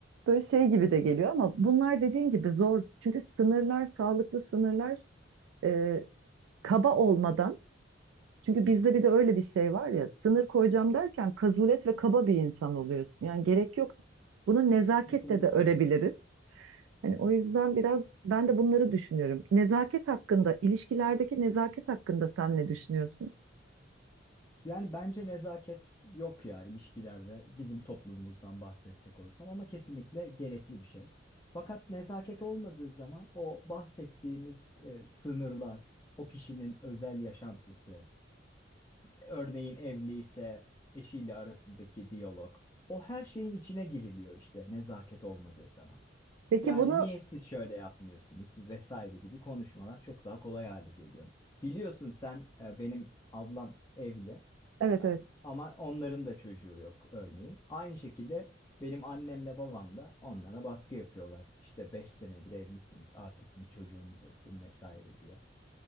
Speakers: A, on the right; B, on the left.
A: Böyle şey gibi
B: Evet,
A: de geliyor ama bunlar dediğin gibi zor. Çünkü sınırlar, sağlıklı sınırlar e, kaba olmadan. Çünkü bizde bir de öyle bir şey var ya, sınır koyacağım derken kazulet ve kaba bir insan oluyorsun. Yani gerek yok. Bunu nezaketle
B: kesinlikle.
A: de örebiliriz. Hani o yüzden biraz ben de bunları düşünüyorum. Nezaket hakkında, ilişkilerdeki nezaket hakkında sen ne düşünüyorsun?
B: Yani bence nezaket yok ya ilişkilerde bizim toplumumuzdan bahsedecek olursam ama kesinlikle gerekli bir şey. Fakat nezaket olmadığı zaman o bahsettiğimiz e, sınırlar, o kişinin özel yaşantısı, örneğin evli ise eşiyle arasındaki diyalog, o her şeyin içine giriliyor işte nezaket olmadığı zaman.
A: Peki
B: Yani
A: bunu,
B: niye siz şöyle yapmıyorsunuz vesaire gibi konuşmalar çok daha kolay hale geliyor. Biliyorsun sen e, benim ablam evli
A: evet
B: e,
A: evet.
B: ama onların da çocuğu yok örneğin. Aynı şekilde benim annemle babam da onlara baskı yapıyorlar. İşte 5 senedir evlisiniz artık bir çocuğunuz olsun vesaire diye.